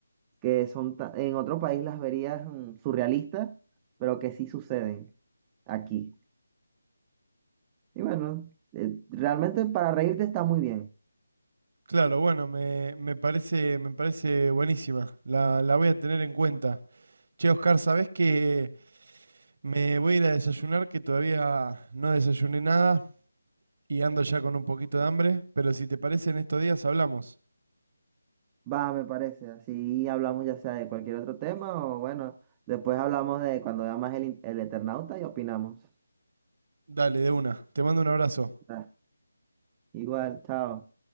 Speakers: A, on the right; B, on the right.
A: que son ta- en otro país las verías mm, surrealistas, pero que sí suceden aquí. Y bueno, eh, realmente para reírte está muy bien.
B: claro, bueno, me, me parece, me parece buenísima. La, la voy a tener en cuenta. Che, Oscar, ¿sabés que me voy a ir a desayunar? Que todavía no desayuné nada y ando ya con un poquito de hambre. Pero si te parece, en estos días hablamos.
A: Va, me parece. Así hablamos ya sea de cualquier otro tema o bueno, después hablamos de cuando veamos el, in- el Eternauta y opinamos.
B: Dale, de una. Te mando un abrazo.
A: Ah, igual, chao.